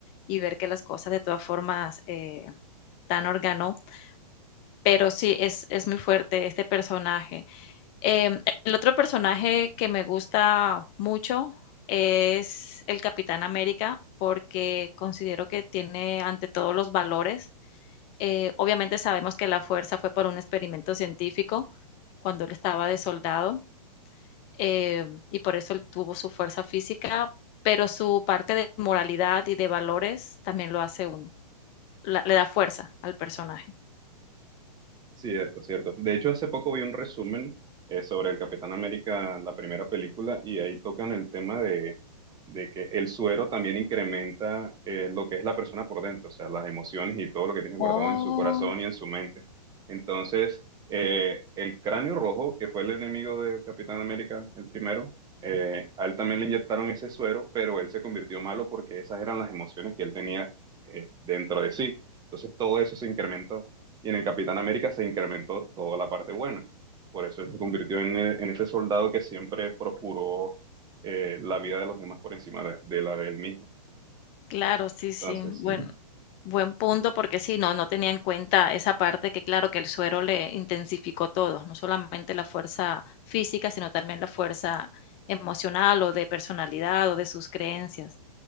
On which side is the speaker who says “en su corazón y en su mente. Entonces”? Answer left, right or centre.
Right